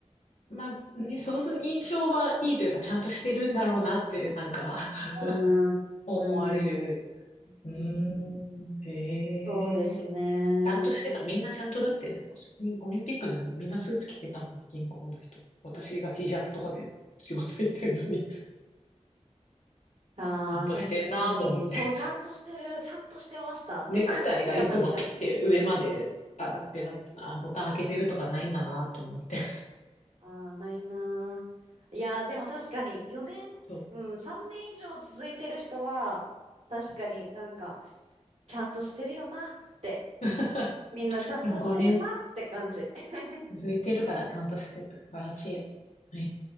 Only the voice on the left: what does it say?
まあね、その印象はいいというか、ちゃんとしてるんだろうなって、なんか
<laughs> 思われる。
うーん、へえ。
ちゃんとしてた。みんなちゃんとだって、そうオリンピックの時もみんなスーツ着てたもん、銀行の人。私が T シャツとかで仕事行ってるのに、
<laughs> ちゃんとしてんなと思って。
ネクタイがいつもピッて上まで上がってあ、
あボタン開けてるとかないんだなと思って。
そう。
<laughs>
でも5年、
続いてるからちゃんとしてる。素晴らしい。え